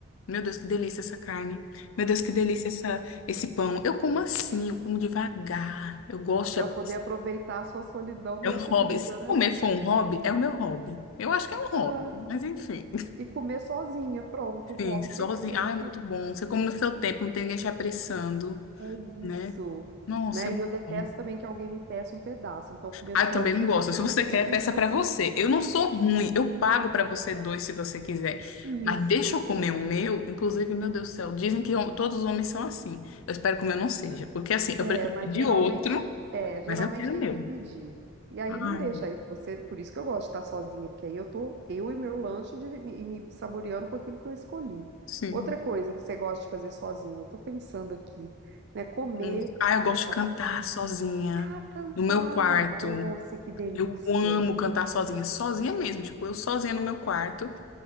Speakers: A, on the left; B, on the right.
A: Meu Deus, que delícia essa carne. Meu Deus, que delícia essa, esse pão. Eu como assim, eu como devagar. Eu gosto
B: para
A: de apreciar.
B: poder aproveitar a sua solidão
A: É
B: e
A: um
B: a
A: hobby.
B: comida,
A: Se
B: né?
A: comer for um hobby, é o meu hobby. Eu acho que é um hobby,
B: Ai.
A: mas enfim.
B: e comer sozinha. Pronto, hobby
A: Sim, sozinho.
B: perfeito.
A: Ah, é muito bom. Você come no seu tempo, não tem ninguém te apressando,
B: É isso.
A: né? Nossa,
B: Né?
A: é muito
B: E eu detesto
A: bom.
B: também que alguém me peça um pedaço. Então, comendo
A: Ah,
B: sozinha,
A: eu também não gosto.
B: eu sei que
A: Se
B: eu não
A: você
B: tenho
A: quer,
B: esse
A: peça
B: risco.
A: pra você. Eu não sou ruim. Eu pago pra você dois se você quiser.
B: Isso.
A: Mas deixa eu comer o meu. Inclusive, meu Deus do céu, dizem que hom- todos os homens são assim. Eu espero que o meu não seja. Porque assim, eu
B: É,
A: prefiro
B: mas
A: pedir
B: geralmente,
A: outro,
B: é, geralmente
A: mas eu quero
B: tem
A: o meu.
B: que dividir. E aí
A: Ai,
B: não deixa aí você, por isso que eu gosto de estar sozinha, porque aí eu tô eu e meu lanche de- e me saboreando com aquilo que eu escolhi.
A: sim.
B: Outra coisa que você gosta de fazer sozinha, tô pensando aqui, né, comer,
A: Muito. Ah, eu gosto
B: ir
A: de
B: pra-
A: cantar
B: praia,
A: sozinha,
B: ah, cantar.
A: no meu quarto.
B: Nossa, que delícia.
A: Eu amo cantar sozinha, sozinha mesmo. Tipo, eu sozinha no meu quarto.